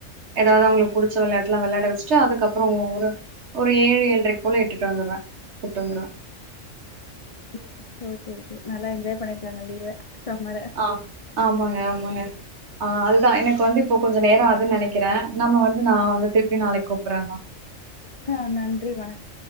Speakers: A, on the right (about 60°); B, on the left (about 35°).
A: ஏதாவது அவங்களுக்கு புடிச்ச வெளாட்டு எல்லாம் வெளயாட வச்சுட்டு அதுக்கப்புறம் ஒரு ஒரு ஏழு ஏழ்றைக்கு போல இட்டுட்டு வந்துருவேன் விட்டு வந்துடுவேன்
B: ம் ஓகே ஓகே நல்லா என்ஜாய் பண்ணிருக்காங்க லீவ சம்மர.
A: ஆஹ் ஆமாங்க ஆமாங்க ஆஹ் அதுதான் எனக்கு வந்து இப்போ கொஞ்சோ நேர ஆதுன்னு நெனக்கிறேன் நம்ம வந்து நான் வந்து திருப்பியு நாளைக்கு கூப்புறே அம்மாங்க
B: ஆஹ் நன்றி வணக்